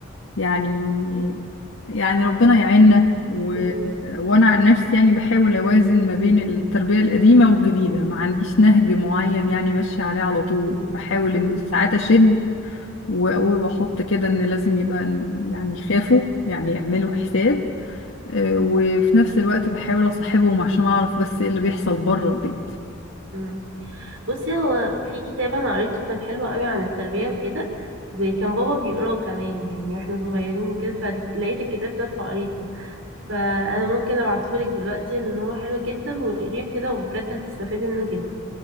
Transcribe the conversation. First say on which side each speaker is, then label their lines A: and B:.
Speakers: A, on the left (about 80°); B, on the right (about 85°).
A: يعني يعني ربنا يعيننا و...
B: مم.
A: وانا عن نفسي يعني بحاول اوازن ما بين التربية القديمة والجديدة ما عنديش نهج معين يعني ماشية عليه على طول
B: مم.
A: بحاول
B: مم.
A: ان ساعات اشد واقول واحط كده ان لازم يبقى إن- يعني يخافوا يعني يعملوا حساب آه، وفي نفس الوقت بحاول اصاحبهم عشان اعرف بس ايه اللي بيحصل بره البيت
B: مم. بصي هو في كتاب انا قريته كان حلو قوي عن التربية وكده وكان بابا بيقراه كمان يعني واحنا صغيرين وكده فلقيت الكتاب ده فقريته فانا ممكن ابعتهولك دلوقتي لان هو حلو جدا واقريه كده وبجد هتستفادي منه جدا